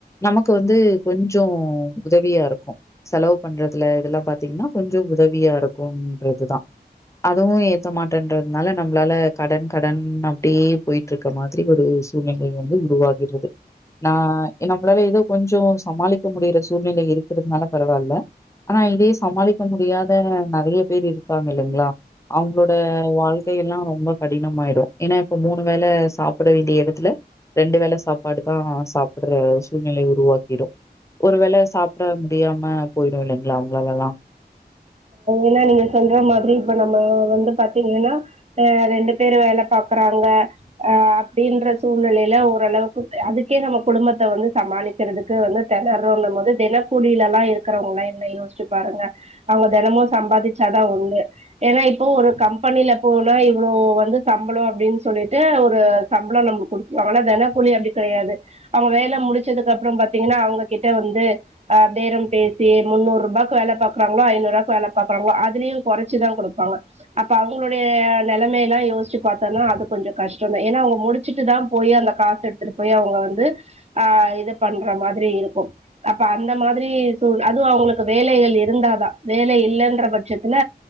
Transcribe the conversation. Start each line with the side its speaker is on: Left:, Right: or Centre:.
Left: நமக்கு வந்து கொஞ்சு உதவியாருக்கு செலவு பண்ற ல இதுலெல்லா பாத்தீங்கன்னா கொஞ்சு உதவியா யிருக்கும் என்றதுதா அதுவு ஏத்த மாட்டேன்றதுனால நம்ளால கடன் கடன் அப்டியே போயிட்டுருக்க மாதிரி ஒரு சூழ்நிலை வந்து உருவாகிறது நா நம்மளால ஏதோ கொஞ்சு சமாளிக்க முடியிற சூழ்நிலையிருக்கிறதுனால பரவால்ல ஆனா இதே சமாளிக்க முடியாத நெறய பேர் இருக்காங்கல்லைங்களா அவங்களோட வாழ்க்கை யெல்லா ரொம்ப கடினமாயிடும் ஏனா யிப்ப மூணு வேல சாப்பிட வேண்டிய யிடத்துல ரெண்டு வேல சாப்பாடுதா சாப்பிடுற சூழ்நிலை உருவாக்கிடு ஒரு வேள சாப்ட முடியாம போயிடு இல்லைங்களா அவங்களால்லா
Right: ஏன்னா நீங்க சொல்ற மாதிரி இப்ப நம்ம வந்து பாத்தீங்கன்னா அ ரெண்டு பேரு வேல பாக்குறாங்க ஆ அப்டின்ற சூழ்நிலையில ஓரளவுக்கு அதுக்கே நம்ம குடும்பத்த வந்து சமாளிக்கிறதுக்கு வந்து திணறோனும்போது தினக்கூலியலல்லா இருக்கறவங்களா என்ன யோசிச்சு பாருங்க அவங்க தெனமு சம்பாதிச்சாதா உண்டு ஏன்னா இப்போ ஒரு கம்பெனியில போனா இவ்ளோ வந்து சம்பளோ அப்டின்னு சொல்லிட்டு ஒரு சம்பளம் நம்மளுக்கு குடுத்துவாங்கனா தென கூலி அப்டி கெடயாது அவங்க வேல முடிச்சதுக்கு அப்றம் பாத்தீங்கன்னா அவங்ககிட்ட வந்து ஆ பேரம் பேசி முன்னூறுபாக்கு வேல பாக்குறா ஐநூறாக்கு வேல பாக்ராங்களோ அதுலயு குறச்சிதா குடுப்பாங்க அப்ப அவங்ளுடய நெலமயலா யோசிச்சு பாத்தோனா அது கொஞ்சு கஷ்டந்தா ஏனா அவங்க முடிச்சிட்டு தா போய் அந்த காசு எடுத்துட்டு போய் அவங்க வந்து ஆ இது பண்ற மாதிரியிருக்கு அப்ப அந்த மாதிரி சூழ் அது அவங்களுக்கு வேலைகள் இருந்தாத தா வேல யில்லன்ற பட்சத்துல